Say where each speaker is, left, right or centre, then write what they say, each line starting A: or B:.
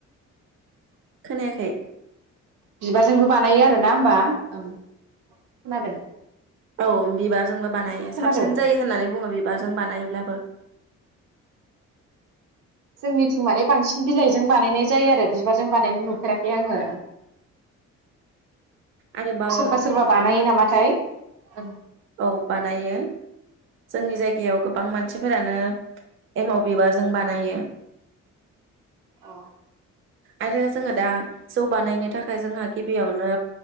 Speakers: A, on the right; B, on the right.
A: खोनायाखै
B: बिबारजोंबो बानायो आरोना होमबा ओं खोनादों।
A: औ बिबारजोंबो बानायो
B: खोनादों
A: साबसिन जायो होननानै बुङो बिबारजों बानायब्ला <inaudible>
B: जोंनिथिं माने बांसिन बिलाइजों बानायनाय जायो आरो बिबारजों बानायनो नुफेराखै आङो।
A: आरोबाव
B: सोरबा सोरबा बानायो नामाथाय? औ
A: औ बानायो जोंनि जायगायाव गोबां मानसिफोरानो एमाव बिबारजों बानायो।
B: अ
A: आरो जोङो दा जौगानायनि थाखाय जोंहा गिबियावनो